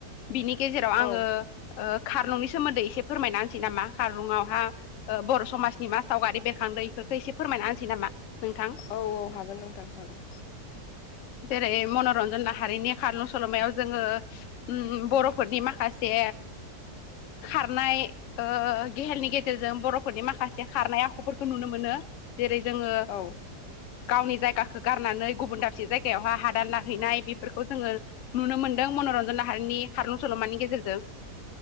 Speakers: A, on the left; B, on the left.
A: बिनि गेजेराव आङो
B: औ
A: खारलुंनि सोमोन्दै एसे फोरमायना होनोसै नामा खारलुंआवहा बर' समाज निमा सावगारि बेरखांदों बेफोरखौ एसे फोरमायना होनसै नामा नोंथां
B: औ औ हागोन नोंथां हागोन?
A: जेरै मन'रन्जन नाहारिनि खारलुं सल'मायाव जोङो उम बर'फोरनि माखासे खारनाय ओ गेहेलनि गेजेरजों बर'फोरनि माखासे खारनाय आखुफोरखौ नुनो मोनो जेरै जोङो
B: औ
A: गावनि जायगाखौ गारनानै गुबुन दाबसे जायगा बेयावहाय हादान लाहैनाय बेफोरखौ जोङो नुनो मोन्दों मनरन्जन लाहारिनि खारलुं सल'मानि गेजेरजों